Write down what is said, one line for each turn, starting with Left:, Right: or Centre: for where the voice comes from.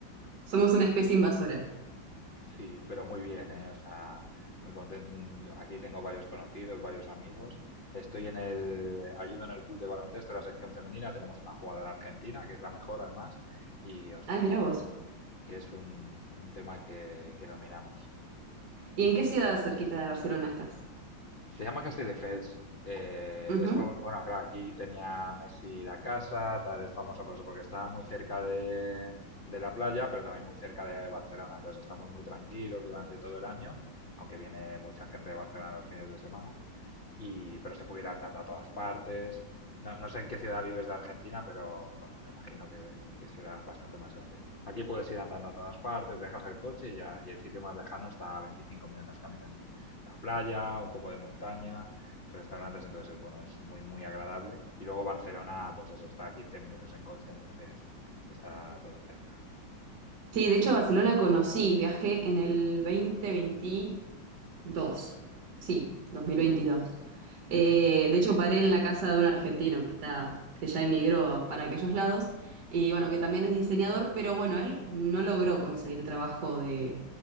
Right: Somos una especie invasora.
Left: Sí, pero muy bien, ¿eh? O sea, muy contento. aquí tengo varios conocidos, varios amigos. Estoy en el, ayudo en el club de baloncesto, la sección femenina. Tenemos una jugadora argentina, que es la mejor además. Y o sea,
Right: Ah, mira
Left: que,
Right: vos.
Left: que es un, un tema que, que dominamos.
Right: ¿Y en qué ciudad cerquita de Barcelona estás?
Left: Se llama Castell Defels. Eh,
Right: Ujú.
Left: es famo- bueno, claro, aquí tenía Messi la casa, tal, es famosa por eso, porque está muy cerca de, de la playa, pero también muy cerca de Barcelona. Entonces estamos muy tranquilos durante todo el año, aunque viene mucha gente de Barcelona los fines de semana y, pero se puede ir andando a todas partes. No, no sé en qué ciudad vives de Argentina, pero bueno, me imagino que, que será bastante más grande. Aquí puedes ir andando a todas partes, dejas el coche y, ya, y el sitio más lejano está a 25 minutos caminando. La playa, un poco de montaña, restaurantes, entonces bueno, es muy, muy agradable. Y luego Barcelona, pues eso, está a 15 minutos en coche, entonces está todo cerca.
Right: Sí, de hecho Barcelona conocí, viajé en el 2021 Dos, sí, 2022. Eh,
Left: Ujú.
Right: de hecho, paré en la casa de un argentino que está, que ya emigró para aquellos lados y bueno, que también es diseñador, pero bueno, él no logró conseguir trabajo de,